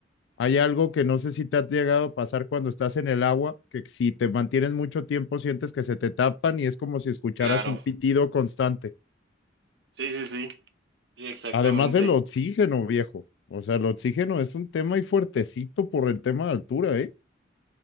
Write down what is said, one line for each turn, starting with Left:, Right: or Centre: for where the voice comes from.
Left: Hay algo que no sé si te ha llegado a pasar cuando estás en el agua, que si te mantienes mucho tiempo sientes que se te tapan y es como si escucharas
Right: claro.
Left: un pitido constante.
Right: Sí, sí, sí. Sí, exactamente.
Left: Además del oxígeno, viejo. O sea, el oxígeno es un tema y fuertecito por el tema de altura, ¿eh?